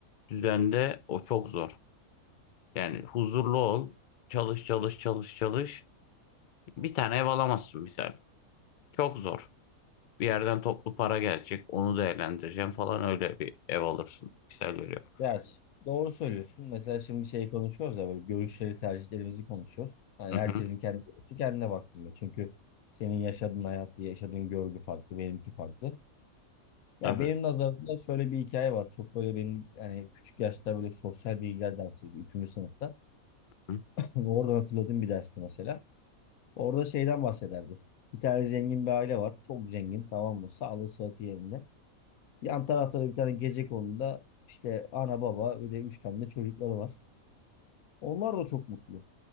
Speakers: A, on the left; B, on the left.
A: düzende o çok zor. Yani huzurlu ol, çalış, çalış, çalış, çalış. Bir tane ev alamazsın misal. Çok zor. Bir yerden toplu para gelecek, onu değerlendireceğim falan öyle bir ev alırsın. Misal veriyorum.
B: Ders. Doğru söylüyorsun. Mesela şimdi şey konuşuyoruz ya böyle görüşleri, tercihlerimizi konuşuyoruz. Hani
A: Hı hı,
B: herkesin kendi görüşü kendine baktığında. Çünkü senin yaşadığın hayatı, yaşadığın görgü farklı, benimki farklı. Ya
A: tabii.
B: benim nazarımda şöyle bir hikaye var. Çok böyle benim yani küçük yaşta böyle sosyal bilgiler dersiydi. Üçüncü sınıfta.
A: Hı,
B: <laughs> Oradan hatırladığım bir dersti mesela. Orada şeyden bahsederdi. Bir tane zengin bir aile var. Çok zengin tamam mı? Sağlığı sıhhati yerinde. Yan tarafta da bir tane gecekonduda işte ana baba ve de üç tane de çocukları var. Onlar da çok mutlu.